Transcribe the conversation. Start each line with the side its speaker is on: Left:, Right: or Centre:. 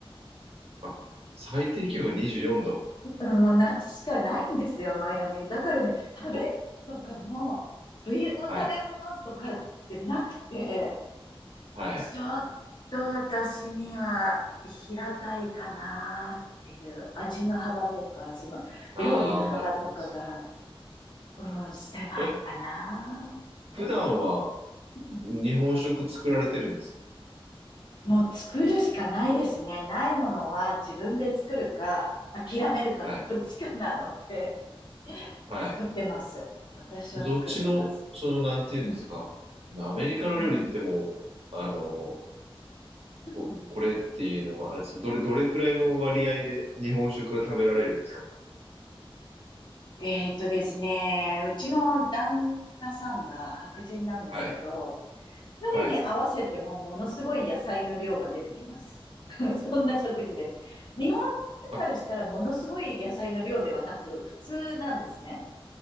Right: あ、最低気温が24度。
Left: うん、もう夏しかないんですよ、マイアミ。だからね、食べ物とかも、冬の食べ物とかってなくて、
Right: はい。はい。
Left: ちょっと私には平たいかなっていう味の幅とか、その料理の幅とかが、
Right: ああ、なるほどです。
Left: うん、狭いかなって。
Right: え、普段は
Left: うん
Right: 日本食作られてるんです
Left: もう作るしかないですね。ないものは自分で作るか、諦めるかのどっちかなので、
Right: かはい。はい。
Left: 作ってます。私は作ってます。
Right: どっちの、その、なんていうんですか。
Left: うん
Right: アメリカの料理ってもう、
Left: うんうん。
Right: あの、こ、
Left: うん
Right: これっていうのは、あれですか、どれ、どれくらいの割合で日本食が食べられるんですか
Left: えーっとですね、うちの旦那さんが白人なんですけど、
Right: はい、
Left: 彼に合わせてもものすごい野菜の量が出てきます。
Right: はい。
Left: <laughs> そんな食事です。日本の方からしたらものすごい野菜の量ではなく、
Right: あ、
Left: 普通なんですね。